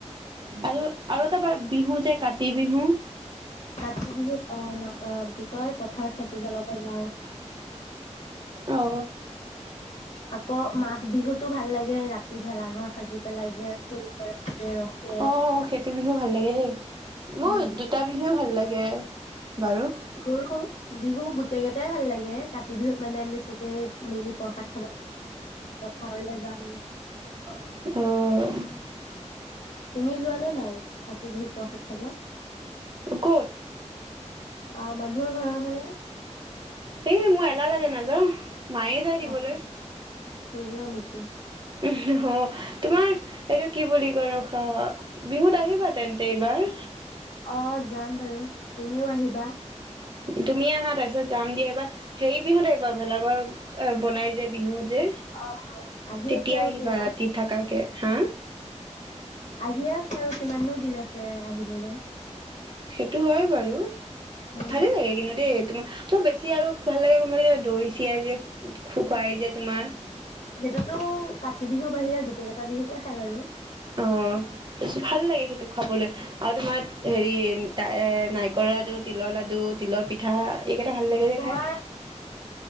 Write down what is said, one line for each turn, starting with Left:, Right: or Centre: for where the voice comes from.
Right: আৰু আৰু এটা বিহু যে কাতি বিহু।
Left: কাতি বিহুত অ কি কয় পথাৰত চাকি জ্বলাব যাওঁ।
Right: অ
Left: আকৌ মাঘ বিহুতো ভাল লাগে ৰাতি ভেলাঘৰ সাজি পেলাই যে চোৰ কৰে যে ৰখে।
Right: অ সেইটো বিহু ভাল লাগে দেই। মোৰ
Left: উম,
Right: দুটা বিহুৱে ভাল লাগে বাৰু।
Left: মোৰো বিহু গোটেই কেইটাই ভাল লাগে। কাতি বিহুত মানে আমি চবেই মিলি প্ৰসাদ খাব পথাৰলৈ যাম।
Right: অ'!
Left: তুমি যোৱানে নাই, কাতি বিহুত প্ৰসাদ খাব?
Right: ক'ত?
Left: অ'! মানুহৰ ঘৰে-ঘৰে।
Right: সেই, মোৰ এলাহ লাগে, নাযাওঁ। মায়ে যায়
Left: অ'
Right: দিবলৈ।
Left: নোযোৱা নেকি?
Right: ওহোঁ অ'! তোমাৰ, এইটো কি বুলি কয়, ৰখা বিহুত আহিবা, তেন্তে এইবাৰ?
Left: অ'! যাম বাৰু। তুমিও আহিবা?
Right: তুমি আহা, তাৰপিছত যাম দিয়া। এইবাৰ সেৰি বিহুত আহিবা, ভেলা ঘৰ বনাই যে, বিহু যে।
Left: অ' অ'! আহি
Right: তেতিয়া
Left: আছে আৰু
Right: আহিবা
Left: কেই
Right: ৰাতি থাকাকে, হা!
Left: আহিয়ে আছে আৰু কিমাননো দিন আছে, আহিবলৈ।
Right: সেইটো হয় বাৰু,
Left: উম
Right: ভালেই লাগে, কিন্তু দেই! তোমাৰ ত' বেছি আৰু ভাল লাগে, গম <unintelligible> যে দৈ-চিৰাই যে খু-খুৱাই যে তোমাৰ।
Left: সেইটোতো কাতি বিহুৰ বাহিৰে, গোটেই কেইটা বিহুতে খাই বাৰু।
Right: অ'! ভাল লাগে, সেইটো খাবলৈ। আৰু তোমা, সেৰি এ, নাৰিকলৰ লাডু, তিলৰ লাডু, তিলৰ পিঠা, এইকেইটা ভাল লাগে যে
Left: তোমাৰ
Right: খাই!